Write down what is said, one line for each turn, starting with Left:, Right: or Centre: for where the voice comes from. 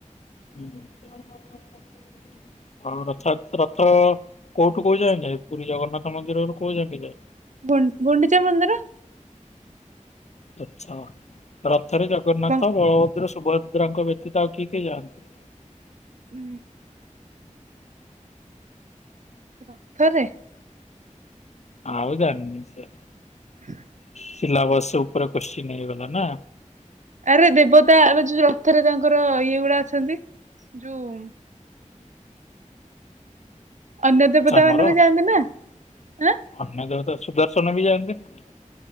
Left: ହୁଁ ଆଉ ରଥଯାତ୍ରା ରଥ କୋଉଠୁ କୋଉ ଯାଏ ପୁରୀ ଜଗନ୍ନାଥ ମନ୍ଦିରରୁ କୋଉ ଯାଏଁ ଯାଏ।
Right: ଗୁ ଗୁଣ୍ଡିଚା ମନ୍ଦିର।
Left: ଆଚ୍ଛା। ରଥରେ ଜଗନ୍ନାଥ
Right: ବଂ
Left: ବଳଭଦ୍ର ସୁଭ ସୁଭଦ୍ରାଙ୍କ ବ୍ୟତୀତ ଆଉ କିଏ କିଏ ଯାଆନ୍ତି?
Right: ହୁଁ। ରଥରେ ।
Left: ଆଉ ଜାଣିନି ସେ
Right: ହଁ।
Left: ସିଲାବସ ଉପରେ କୋଶ୍ଚିନ୍ ହେଇଗଲା ନା?
Right: ଆରେ ଦେବତା ଏ ଯୋଉ ରଥରେ ତାଙ୍କର ଇଏ ଗୁଡା ଅଛନ୍ତି । ଯୋଉ ଅନ୍ୟ ଦେବତା
Left: ଆମର
Right: ମାନେ ବି ଯାଆନ୍ତି ନାଁ ହାଁ।
Left: ଅନ୍ୟ ଦେବତା ସୁଦର୍ଶନ ବି ଯାଆନ୍ତି ନା ।